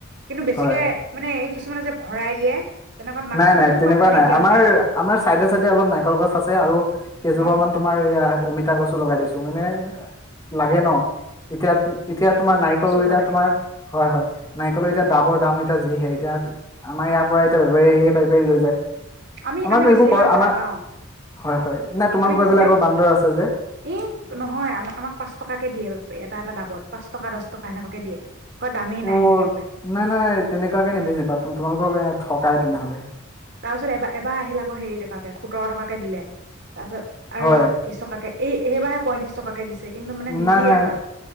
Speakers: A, on the right; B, on the left.
A: কিন্তু বেছিকে
B: হয়
A: মানে কিছুমানে যে ভৰাই দিয়ে। তেনেকুৱাত মাছটো
B: নাই নাই
A: মানে
B: তেনেকুৱা
A: সোৱাদটো নাইকিয়া
B: নাই আমাৰ
A: হৈ যায়।
B: আমাৰ চাইডে চাইডে অলপ নাৰিকল গছ আছে আৰু কেইজোপাৰ
A: অ',
B: মান তোমাৰ ইয়া অমিতা গছো লগাই দিছো মানে লাগে ন। এতিয়া
A: এনেকে
B: -এতিয়া
A: ওখ
B: তোমাৰ
A: ওখ
B: নাৰিকল
A: গছ ৰুব
B: এতিয়া
A: লাগে
B: তোমাৰ হয়, হয় নাৰিকল এতিয়া দামৰ দাম এ যিহে এতিয়া আমাৰ ইয়াৰ পৰা এতিয়া একেবাৰে সি পাৰি পাৰি লৈ যায়
A: আমি
B: আমাৰতো
A: আমি বেছিলে
B: একো ক
A: ইমানকে
B: আমাৰ
A: নাপাও,
B: হয় হয় নাই তোমালোকৰ
A: আমি বেছিলে,
B: এইফালে আকৌ বান্দৰ আছে যে
A: এ নহয় আ আমাক পাঁচ টকাকে দিয়ে এটা এটা দাবত। পাঁচ টকা দহ টকা এনেকুৱাকে দিয়ে। কয় দামেই নাই
B: অ
A: সেনেকে কয়
B: নাই নাই তেনেকুৱা কেনে বি পাত তু তোমালোকৰ থকাই তেনেহ'লে।
A: তাৰপিছত এবাৰ এবাৰ আহিল আকৌ হেৰি টকাকে সোতৰ টকাকে দিলে। তাৰপিছত আৰুব
B: হয়
A: তিছ টকাকে এইেবাৰাহে পইত্ৰশ টকাকে দিছে। কিন্তু মানে নিদিয়ে
B: নাই নাই
A: আমাক